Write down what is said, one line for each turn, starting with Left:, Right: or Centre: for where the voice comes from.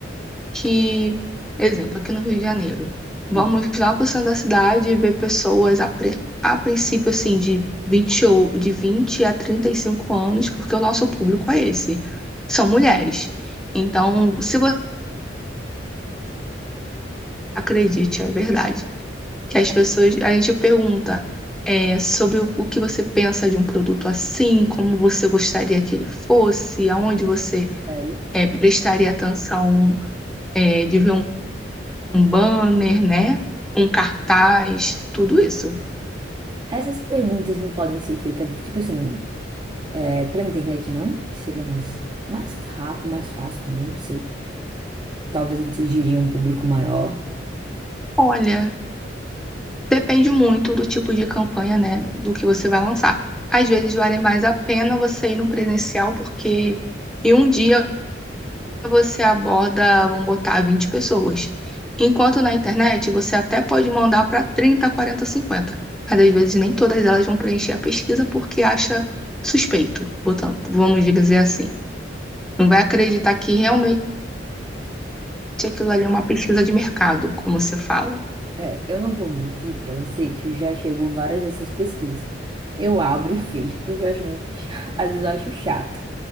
Centre: que, exemplo, aqui no Rio de Janeiro, vamos
Right: não,
Centre: lá para o centro da cidade e ver pessoas a, pre- a princípio assim de 20 ou de 20 a 35 anos, porque o nosso público é esse, são mulheres. Então, se você acredite, é verdade, que as
Right: cara,
Centre: pessoas, a gente pergunta é, sobre o o que você pensa de um produto assim, como você gostaria que ele fosse, aonde você
Right: sério.
Centre: é, prestaria atenção é, de ver Um banner, né? Um cartaz, tudo isso.
Right: Essas perguntas não podem ser feitas, tipo assim, é, pela internet, não? Que seria mais, mais rápido, mais fácil também, não sei. Talvez atingiria um público maior.
Centre: Olha, depende muito do tipo de campanha, né? Do que você vai lançar. Às vezes vale mais a pena você ir no presencial, porque em um dia você aborda, vamos botar, 20 pessoas. Enquanto na internet você até pode mandar para 30, 40, 50, Mas às vezes nem todas elas vão preencher a pesquisa porque acha suspeito, botão- vamos dizer assim. Não vai acreditar que realmente aquilo ali é uma pesquisa de mercado, como você fala.
Right: É, eu não vou mentir pra você que eu já chegou várias dessas pesquisas. Eu abro e fecho, porque eu acho muito chato, <laughs> às vezes eu acho chato.